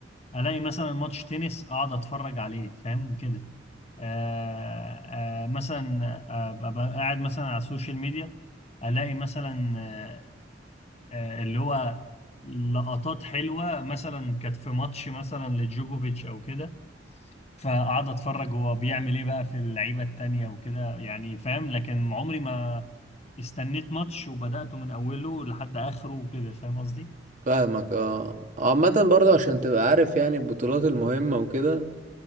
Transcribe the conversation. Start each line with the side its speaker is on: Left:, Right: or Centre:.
Left: الاقي مثلا ماتش تنس اقعد اتفرج عليه فاهم كده آه آه مثلا آه، ابقى قاعد مثلا على السوشيال ميديا الاقي مثلا آه آه اللي هو لقطات حلوة مثلا كانت في ماتش مثلا لجوكوفيتش او كده فقعد اتفرج هو بيعمل ايه بقى في اللعيبه التانية وكده يعني فاهم لكن عمري ما استنيت ماتش وبدأته من اوله لحد اخره وكده فاهم قصدي؟
Right: فاهمك اه عامة برضه عشان تبقى عارف يعني البطولات المهمة وكده